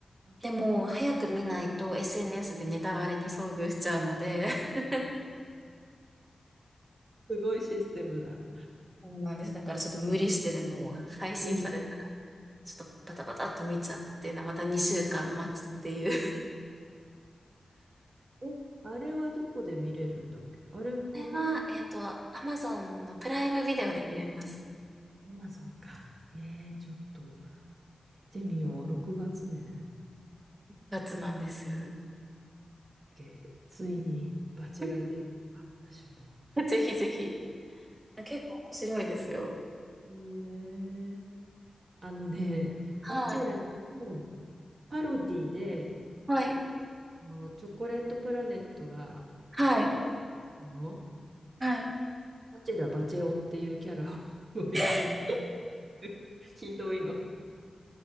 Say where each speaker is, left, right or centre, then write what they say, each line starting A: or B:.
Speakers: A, on the right (about 55°); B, on the right (about 35°).
A: ん
B: でも早く見ないと SNS でネタバレに遭遇しちゃうので、<laughs>
A: すごいシステムだ。
B: そうなんです。だからちょっと無理してでも配信されたら、
A: うん。
B: ちょっとパタパタっと見ちゃって、また2週間待つっていう。
A: え、あれはどこで見れるんだっけあれも。
B: <laughs> これは、えっと、Amazon のプライムビデオで見れます。
A: アマゾンか。えー、ちょっと見てみよう。6月ね。
B: やつなんです。
A: けついにバチェラーデビューか、
B: <laughs>
A: 私も。
B: ぜひぜひ。結構面白いですよ。
A: えー、あのね、
B: はい。
A: バチェラーのパロディで、
B: はい。
A: あのチョコレートプラネットが、
B: はい。
A: あの、
B: はい。
A: バチェダ・バチェ男っていうキャラを <laughs> 飲み込ん
B: <laughs>
A: でる、ひどいの。